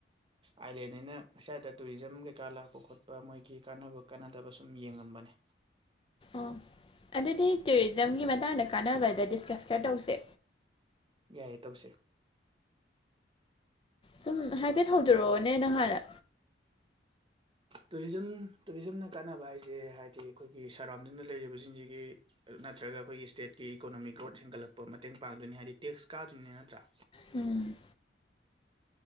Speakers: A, on the right; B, on the left.
A: ꯑꯥꯏꯂꯦꯟꯅꯤꯅ ꯁ꯭ꯋꯥꯏꯗ ꯇꯨꯔꯤꯖꯝ ꯀꯩꯀꯥ ꯂꯥꯛꯄ ꯈꯣꯠꯄ ꯃꯣꯏꯒꯤ ꯀꯥꯟꯅꯕ ꯀꯥꯟꯅꯗꯕ ꯁꯨꯝ ꯌꯦꯡꯉꯝꯕꯅꯦ
B: ꯑꯣ ꯑꯗꯨꯗꯤ ꯇꯨꯔꯤꯖꯝꯒꯤ ꯃꯇꯥꯡꯗ ꯀꯥꯟꯅꯕꯗ ꯗꯤꯁꯀ꯭ꯁ ꯈꯔ ꯇꯧꯁꯦ
A: ꯌꯥꯏꯌꯦ ꯇꯧꯁꯦ
B: ꯁꯨꯝ ꯍꯥꯏꯐꯦꯠ ꯍꯧꯗꯣꯔꯛꯑꯣꯅꯦ ꯅꯪ ꯍꯥꯟꯅ
A: ꯇꯨꯔꯤꯖꯝ ꯇꯨꯔꯤꯖꯝꯅ ꯀꯥꯟꯅꯕ ꯍꯥꯏꯁꯦ ꯍꯥꯏꯗꯤ ꯑꯩꯈꯣꯏꯒꯤ ꯁꯔꯥꯎꯟꯗꯤꯡꯗ ꯂꯩꯔꯤꯕꯁꯤꯡꯁꯤꯒꯤ ꯅꯠꯇ꯭ꯔꯒ ꯑꯈꯣꯏꯒꯤ ꯏꯁꯇꯦꯠꯀꯤ ꯏꯀꯣꯅꯣꯃꯤ ꯒ꯭ꯔꯣꯠ ꯍꯦꯟꯒꯠꯂꯛꯄ ꯃꯇꯦꯡ ꯄꯥꯡꯗꯣꯏꯅꯤ ꯍꯥꯏꯕꯗꯤ ꯇꯦꯛꯁ ꯀꯥꯗꯔꯤꯝꯅꯤ ꯅꯠꯇ꯭ꯔꯥ
B: ꯎꯝ